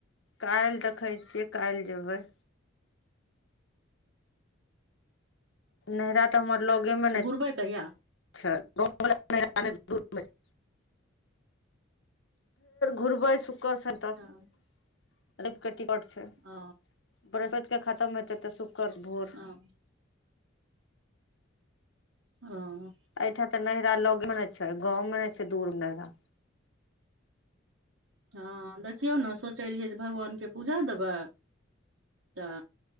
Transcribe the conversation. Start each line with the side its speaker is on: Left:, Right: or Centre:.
Left: काल्हि देखै छियै काल्हि जेबै नैहरा तऽ हमर लगे मे
Right: एबै कहिया
Left: <unintelligible> <unintelligible> फेर घुरबै शुक कर सेंटर
Right: ओ
Left: एकटा टिकट छैय
Right: ओ
Left: बृहस्पैत के खतम हेतै तऽ शुकर बुध
Right: <unintelligible> हँऽ
Left: अहिठां तऽ नैहरा लगे मे छैय गाँव मे ने छैय दूर नैहरा
Right: हँ देखियौ ने सोचै रहियै जे भगवानके पूजा देबै तऽ